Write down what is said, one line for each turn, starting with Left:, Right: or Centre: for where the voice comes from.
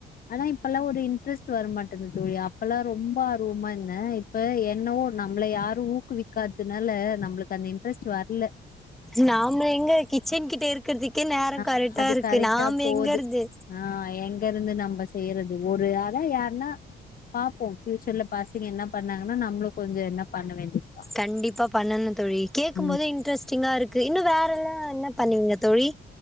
Left: ஆனா இப்பல்லா ஒரு இன்ட்ரெஸ்ட் வரமாடேந்து தோழி அப்பெல்லா ரொம்ப ஆர்வமா இருந்தே இப்ப என்னவோ நம்மள யாரு ஊக்குவிக்காத்னால நம்லுக்கு அந்த இன்ட்ரெஸ்ட் வர்ல
Centre: நாம எங்க கிசன் கிட்ட இருகறதுக்கே நேரம்
Left: ஆ
Centre: கரெக்டா
Left: அது
Centre: இருக்கு
Left: கரெக்டா
Centre: நாம
Left: போது
Centre: எங்க இருந்து
Left: ஆ எங்க இருந்து நம்ம செய்யறது ஒரு ஆக யாருன்னா பாப்போம் பியூசர்ல பாசங்க என்ன பண்ணாங்கனா நம்மளு கொஞ்ச என்ன பண்ண வேண்டியது
Centre: கண்டிப்பா பண்ணணு தோழி கேட்கபோதே
Left: ம்
Centre: இன்ட்ரெஸ்டிங்கா இருக்கு இன்னும் வேற எல்லா என்ன பண்ணுவீங்க தோழி